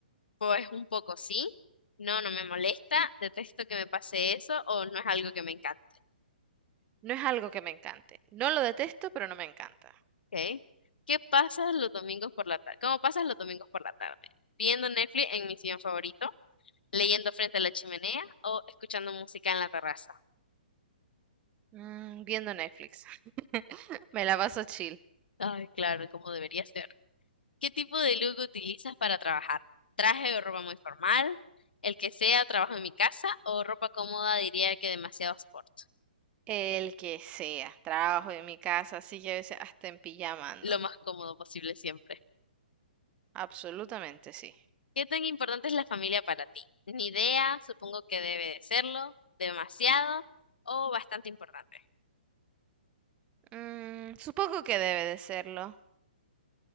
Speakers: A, on the left; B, on the right.
A: Pues un poco sí. No, no me molesta. Detesto que me pase eso o no es algo que me encante.
B: No es algo que me encante. No lo detesto, pero no me encanta.
A: Ok. ¿Qué pasas los domingos por la tarde? ¿Cómo pasas los domingos por la tarde? ¿Viendo Netflix en mi sillón favorito? ¿Leyendo frente a la chimenea o escuchando música en la terraza?
B: Mm, viendo Netflix. Me la paso chill.
A: Ay, claro, como debería ser. ¿Qué tipo de look utilizas para trabajar? ¿Traje o ropa muy formal? El que sea, trabajo en mi casa o ropa cómoda, diría que demasiado sport.
B: El que sea. Trabajo en mi casa, así que a veces hasta en pijama ando.
A: Lo más cómodo posible siempre.
B: Absolutamente sí.
A: ¿Qué tan importante es la familia para ti? Ni idea, supongo que debe de serlo, demasiado o bastante importante.
B: Mm, supongo que debe de serlo.